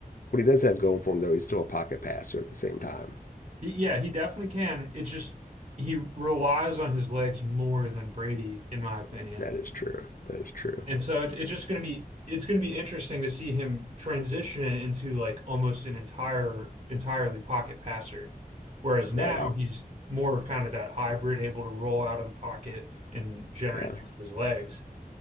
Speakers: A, on the left; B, on the right.
A: what he does have going for him, though, he's still a pocket passer at the same time.
B: He- yeah, he definitely can. It's just he relies on his legs more than Brady, in my opinion.
A: That is true. That is true.
B: And so it, it's just going to be it's going to be interesting to see him transition into like almost an entire entirely pocket passer. Whereas now
A: Right. I,
B: he's more of kind of that hybrid, able to roll out of the pocket and generate
A: yeah.
B: things with his legs.